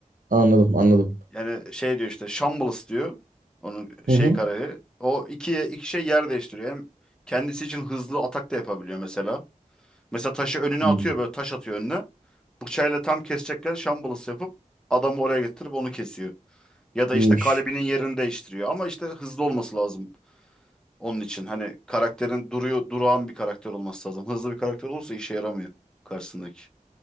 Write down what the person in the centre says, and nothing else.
Yani şey diyor işte Shambles diyor. Onun şey
karakteri. O ikiye iki şey yer değiştiriyor. Hem kendisi için hızlı atak da yapabiliyor mesela. Mesela taşı önüne
atıyor böyle taş atıyor önüne. Bıçağıyla tam kesecekken Shambles yapıp adamı oraya getirip onu kesiyor. Ya da
işte kalbinin yerini değiştiriyor. Ama işte hızlı olması lazım. Onun için hani karakterin duruyor, durağan bir karakter olması lazım. Hızlı bir karakter olursa işe yaramıyor karşısındaki.